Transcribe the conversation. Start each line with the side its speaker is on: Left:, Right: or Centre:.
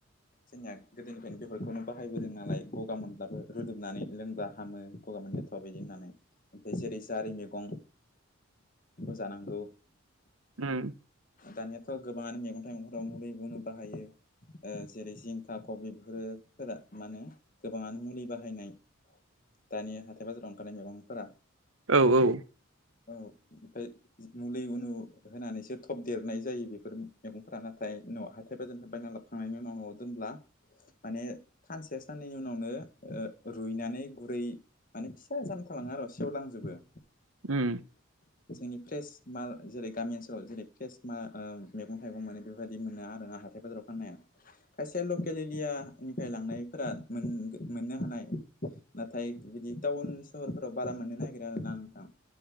Left: जोंनिया गोदोनिफ्रायनो बेफोरखौनो बाहायबोदों नालाय गगा मोनब्लाबो रुदुबनानै लोंब्ला हामो। गगा मोन बिदि होननानै। ओमफ्राय जेरै जारि मैगं जानांगौ।
Right: उम।
Left: दानियाथ' गोबां मैगं थाइगंफोराव मुलि गुनु बाहायो। ओ जेरै जिंखा खबि बेफोरो फोरा मा होने गोबांङानो मुलि बाहायनाय। दानि हाथाय बाजाराव ओंखारनाय मैगंफोरा।
Right: औ औ।
Left: औ ओमफ्राय मुलि उनु होनानैसो थब देरनाय जायो बेफोर मैगंफोरा नाथाय न' हाथाय बाजारफ्राय बायना लाब खांनायनि उनाव न'आव दोनब्ला माने सानसे साननैनि उनावनो ओ रुइनानै गुरै माने फिसा जान थलाङो आरो सेवलांजोबो।
Right: उम।
Left: जोंनि फ्रेस माल जेरै गामि ओनसोलाव जेरै फ्रेस मा ओ मैगं थाइगं मोनो बेफोरबायदि मोना आरोना हाथाय बाजाराव। खायसे लकेल एलियानिफ्राय लांनायफोरा मोन मोननो हानाय। नाथाय बिदि टाउन सहरफोराव बारा मोननो नागिरा आरो ना नोंथां।